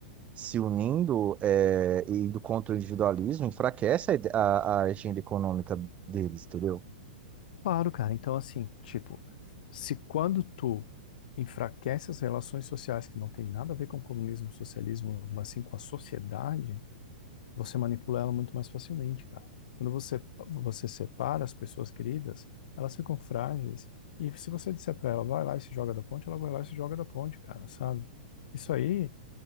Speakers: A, on the right; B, on the left.
A: se unindo é, e indo contra o individualismo enfraquece a, ide- a- a agenda econômica deles, entendeu?
B: claro, cara. Então, assim, tipo, se quando tu enfraquece as relações sociais, que não tem nada a ver com comunismo, socialismo, mas sim com a sociedade, você manipula ela muito mais facilmente, cara. Quando você, você separa as pessoas queridas, elas ficam frágeis. E se você disser para ela, vai lá e se joga da ponte, ela vai lá e se joga da ponte, cara, sabe? Isso aí